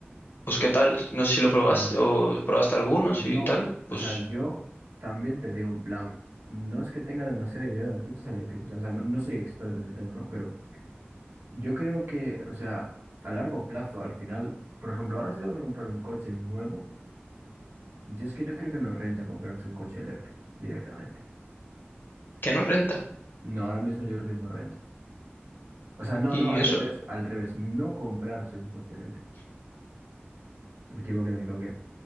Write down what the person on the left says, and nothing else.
pues qué tal, no sé si lo probaste
o probaste algunos
y tal,
pues
que no renta.
Y
eso,